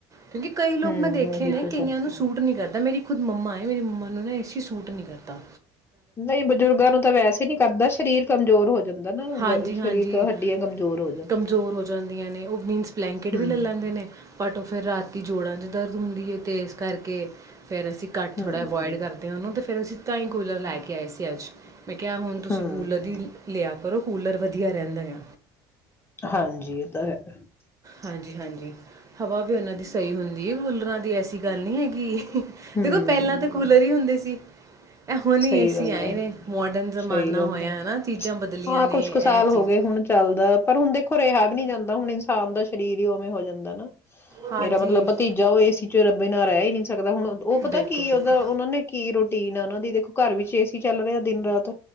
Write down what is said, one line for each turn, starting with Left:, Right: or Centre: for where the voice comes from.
Right: ਕਿਉਂਕਿ ਕਈ ਲੋਕ
Left: ਹਮ
Right: ਮੈਂ ਦੇਖੇ
Left: ਉਹੀ
Right: ਨੇ
Left: ਪ੍ਰੋਸੈਸਿੰਗ
Right: ਕਈਆਂ ਨੂੰ ਸੂਟ ਨੀ ਕਰਦਾ ਮੇਰੀ ਖੁਦ ਮੰਮਾ ਆਏ ਮੇਰੀ ਮੰਮਾ ਨੂੰ ਨਾ ਏਸੀ ਸੂਟ ਨੀ ਕੀਤਾ,
Left: ਨਹੀਂ ਬਜ਼ੁਰਗਾਂ ਨੂੰ ਤਾਂ ਵੈਸੇ ਨੀ ਕਰਦਾ ਸਰੀਰ ਕਮਜ਼ੋਰ ਹੋ ਜਾਂਦਾ। ਨਾ
Right: ਹਾਂਜੀ-ਹਾਂਜੀ
Left: ਗ- ਸਰੀਰ ਕ ਹੱਡੀਆਂ ਕਮਜ਼ੋਰ ਹੋ ਜਾਂਦੀਆਂ
Right: ਕਮਜ਼ੋਰ ਹੋ ਜਾਂਦੀਆਂ ਨੇ ਉਹ ਮੀਨਸ ਬਲੈਂਕਟ
Left: ਹਮ
Right: ਵੀ ਲੈ ਲੈਂਦੇ ਨੇ ਬਟ ਟੋ ਫੇਰ ਰਾਤੀ ਜੋੜਾਂ ਚ ਦਰਦ ਹੁੰਦੀ ਹੈ ਤੇ ਇਸ ਕਰਕੇ ਫਿਰ ਅਸੀਂ ਘੱਟ ਥੋੜ੍ਹਾ
Left: ਹਮ
Right: ਬੋਇਡ ਕਰਦੇ ਹਾਂਨੂੰ ਤਾਂ ਫਿਰ ਅਸੀਂ'- ਤਾਂ ਹੀ ਕੂਲਰ ਲੈ ਕੇ ਆਏ ਸੀ ਅੱਜ ਮੈਂ ਕਿਹਾ ਹੁਣ ਤੁਸੀਂ
Left: ਹਮ
Right: ਕੂਲਰ ਦੀ ਲਿਆ। ਪਰੋ ਕੂਲਰ ਵਧੀਆ ਰਹਿੰਦਾ ਆ।
Left: ਹਾਂਜੀ ਇਹ ਤਾਂ ਹੈ।
Right: ਹਾਂਜੀ-ਹਾਂਜੀ ਹਵਾ ਵੀ ਉਹਨਾਂ ਦੀ ਸਹੀ ਹੁੰਦੀ ਹੈ, ਕੂਲਰਾਂ ਦੀ ਐਸੀ ਗੱਲ ਨਹੀਂ ਹੈਗੀ।
Left: ਹਮ
Right: ਦੇਖੋ, ਪਹਿਲਾਂ ਤਾਂ ਕੂਲਰ ਹੀ ਹੁੰਦੇ ਸੀ। ਇਹ ਹੁਣ
Left: ਸਹੀ
Right: ਏ
Left: ਗੱਲ
Right: ਆਏ
Left: ਹੈ
Right: ਨੇ ਮੋਡਰਨ ਜ਼ਮਾਨਾ
Left: ਸਹੀ ਗੱਲ
Right: ਹੋਇਆ
Left: ਹੈ
Right: ਹਨਾ, ਚੀਜ਼ਾਂ ਬਦਲੀਆਂ
Left: ਹਾਂ
Right: ਨੇ
Left: ਕੁਛ ਕੁ
Right: ਇਹ
Left: ਸਾਲ
Right: ਚੀਜ਼
Left: ਹੋ ਗਏ ਹੁਣ ਚੱਲਦਾ ਪਰ ਹੁਣ ਦੇਖੋ ਰਿਹਾ ਵੀ ਨਹੀਂ ਜਾਂਦਾ ਹੁਣ ਇਨਸਾਨ ਦਾ ਸਰੀਰ ਹੀ ਉਵੇਂ ਹੋ ਜਾਂਦਾ ਨਾ,
Right: ਹਾਂਜੀ।
Left: ਮੇਰਾ ਮਤਲਬ ਭਤੀਜਾ ਉਹ ਏਸੀ ਚ ਰੱਬੇ ਨਾ ਰਹਿ ਨੀ <unintelligible> ਸਕਦਾ, ਹੁਣ ਉਹ ਪਤਾ
Right: ਬਿਲਕੁਲ
Left: ਕੀ ਉਹਦਾ-ਉਹਨਾਂ
Right: ਬਿਲਕੁਲ
Left: ਨੇ ਕੀ ਰੋਟੀਨ ਆ ਉਹਨਾਂ ਦੀ ਦੇਖੋ। ਵਿੱਚ ਏ ਸੀ ਚੱਲ ਰਿਹਾ ਦਿਨ ਰਾਤ